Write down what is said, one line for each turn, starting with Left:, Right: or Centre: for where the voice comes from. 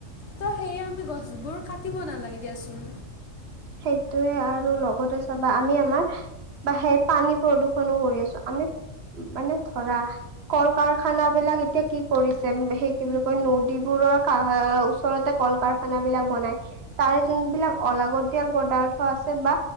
Left: তো সেয়ে আমি গছবোৰ কাটিব নালাগে দিয়াচোন
Right: সেইটোয়ে আৰু লগতে চাবা আমি আমাৰাহে পানী প্ৰদূষণ কৰি আছো আমি মানে ধৰা কল কাৰখানা বিলাক এতিয়া কি কৰিছে সেই কি বুলি কয় নদীবোৰৰ ওচৰতে কল কাৰখানা বিলাক বনাই তাৰে যোন সিবিলাক অলাগত পদাৰ্থ আছে বা